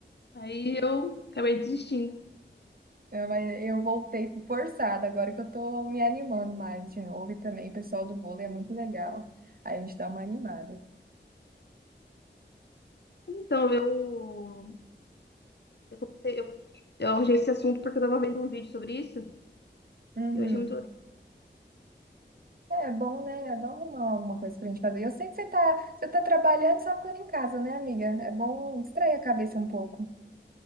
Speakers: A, on the left; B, on the right.
A: Aí eu acabei desistindo.
B: É, mas eu voltei forçada, agora que eu tô me animando mais de novo. E também o pessoal do vôlei é muito legal. Aí a gente dá uma animada.
A: Então, eu, eu comecei, eu, eu arranjei esse assunto porque eu tava vendo um vídeo sobre isso.
B: Uhum.
A: Eu achei muito.
B: É bom, né? É bom arrumar alguma coisa pra gente fazer. Eu sei que você tá, você tá trabalhando e só ficando em casa, né, amiga? É bom distrair a cabeça um pouco.